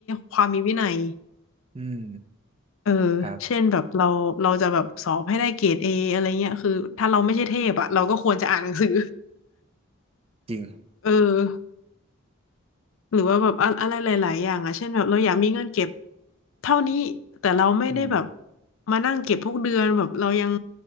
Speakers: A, on the left (about 65°); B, on the right (about 25°).
A: ความมีวินัย
B: อืม
A: เออ
B: ครับ
A: เช่นแบบเราเราจะแบบสอบให้ได้เกรดเออะไรเงี้ยคือถ้าเราไม่ใช่เทพอะเราก็ควรจะอ่านหนังสือ
B: จริง
A: <laughs> เออหรือว่าแบบอะอะไรหลายๆอย่างอะเช่นแบบเราอยากมีเงินเก็บเท่านี้แต่เราไม่ได้แบบ
B: อืม
A: มานั่งเก็บทุกเดือนแบบเรายัง